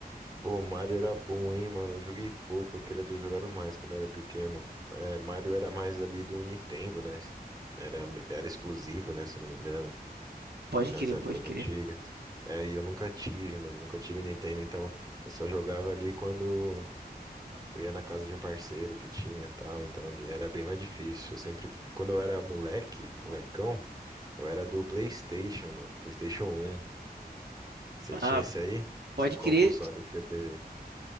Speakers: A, on the right; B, on the right.
A: Pô, Mario era bom, hein, mano? Eu joguei pouco, eu queria ter jogado mais quando eu era pequeno. É, Mario era mais ali do Nintendo, né? Era, era exclusivo, né, se eu não me engano,
B: Pode
A: ali nas
B: crer,
A: épocas
B: pode crer.
A: antigas. É, e eu nunca tive, mano, nunca tive Nintendo, então eu só jogava ali quando eu ia na casa de um parceiro que tinha e tal, então ali era bem mais difícil. Eu sempre, quando eu era moleque, molecão, eu era do PlayStation, mano, PlayStation um Você
B: Ah,
A: tinha esse aí?
B: pode
A: Você, qual
B: crer.
A: console que você teve?